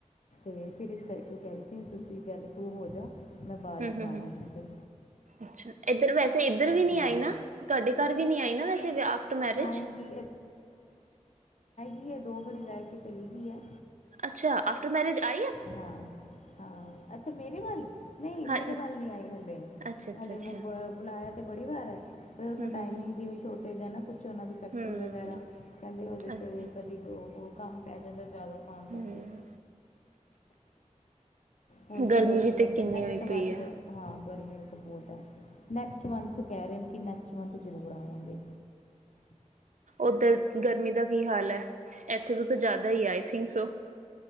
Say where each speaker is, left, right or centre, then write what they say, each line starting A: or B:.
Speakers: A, on the left (about 70°); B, on the right (about 80°).
A: ਤੇ ਫਿਰ ਇਸ ਕਰਕੇ ਉਹ ਕਹਿ ਰਹੀ ਸੀ ਤੁਸੀਂ ਵ ਪਹਿਲੇ ਤੂ ਹੋ ਜਾ ਮੈਂ ਬਾਅਦ
B: ਹੂੰ
A: ਵਿੱਚ
B: ਹੂੰ
A: ਆਵਾਂਗੀ
B: ਹੂੰ
A: ਫਿਰ
B: ਅਛਾ ਇਧਰ ਵੈਸੇ ਇਧਰ ਵੀ ਨੀ
A: ਹਾਂ
B: ਆਈ ਨਾ ਤੁਹਾਡੇ ਘਰ ਵੀ ਆਈ ਨੀ ਨਾ ਆਫਟਰ ਮੈਰਿਜ।
A: ਆਏਗੀ ਨੀ ਦੋ ਵਾਰੀ ਰਹਿ ਕੇ ਚਲੀ ਗਈ ਹੈ।
B: ਅੱਛਾ ਆਫਟਰ ਮੈਰਿਜ ਆਈ ਆ
A: ਹਾਂ- ਹਾਂ ਅੱਛਾ ਮੇਰੇ ਵੱਲ ਨਹੀਂ ਮੇਰੇ
B: ਹਾਂ
A: ਵੱਲ ਨਹੀ ਆਈ ਹਲੇ
B: ਅੱਛਾ ਅੱਛਾ
A: ਹਲੇ
B: ਅੱਛਾ
A: ਮੈਂ ਬੁਲਾਇਆ ਤੇ ਬੜੀ ਵਾਰ ਹੈ। ਫਿਰ ੳਨਾ ਨੂੰ
B: ਹਮ
A: ਟਾਈਮਿੰਗ
B: ਹਮ
A: ਦੀ ਵੀ ਥੋੜੀ <unintelligible> ਕੁਛ ਉਹਨਾਂ ਦੀ ਫੈਕਟਰੀ
B: ਹਮ ਹਮ
A: ਵਗੈਰਾ ਕਹਿੰਦੇ ਉਹਦੇ
B: ਅੱਛਾ
A: 'ਤੇ ਕਦੇ ਕੰਮ ਪੈ ਜਾਂਦਾ ਜ਼ਿਆਦਾ ਕੰਮ ਕਰਕੇ
B: ਹਮ
A: ਹੁਣ
B: ਗਰਮੀ
A: ਫੇਰ ਉਹ
B: ਵੀ
A: ਕੀ
B: ਤੇ
A: ਕਹਿੰਦੇ
B: ਕਿੰਨੀ
A: ਨੈਕਸਟ
B: ਹੋਈ ਪਈ
A: ਮੰਥ
B: ਹੈ।
A: ਹਾਂ ਗਰਮੀ ਵੀ ਤਾਂ ਬਹੁਤ ਹੈ। ਨੈਕਸਟ ਮੰਥ ਕਹਿ ਰਹੇ ਨੇ ਕਿ ਨੈਕਸ ਮੰਥ ਜ਼ਰੂਰ ਆਵਾਂਗੇ
B: ਓਧਰ ਗਰਮੀ ਦਾ ਕੀ ਹਾਲ ਹੈ। ਇੱਥੇ ਤੋਂ ਤਾਂ ਜ਼ਿਆਦਾ ਹੀ ਆਈ ਥਿੰਕ ਸੋ।